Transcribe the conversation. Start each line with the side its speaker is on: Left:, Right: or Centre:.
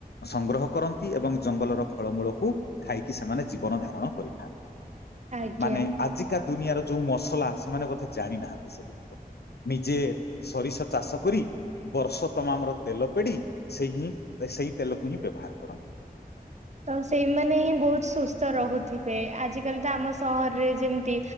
Left: ସଂଗ୍ରହ କରନ୍ତି ଏବଂ ଜଙ୍ଗଲର ଫଳମୂଳକୁ ଖାଇକି ସେମାନେ ଜୀବନ ଧାରଣ କରିଥାନ୍ତି।
Right: ଆଜ୍ଞା
Left: ମାନେ ଆଜିକା ଦୁନିଆର ଯୋଉ ମସଲା ସେମାନେ ବୋଧେ ଜାଣିନାହାନ୍ତି ସେ। ନିଜେ ସରିଷ ଚାଷ କରି ବର୍ଷ ତମାମ ର ତେଲ ପେଡି ସେଇ ହିଁ ସେଇ ତେଲକୁ ହିଁ ବ୍ୟବହାର କରନ୍ତି।
Right: ତ ସେଇମାନେ ହିଁ ବହୁତ ସୁସ୍ଥ ରହୁଥିବେ, ଆଜିକାଲି ତ ଆମ ସହରରେ ଯେମିତି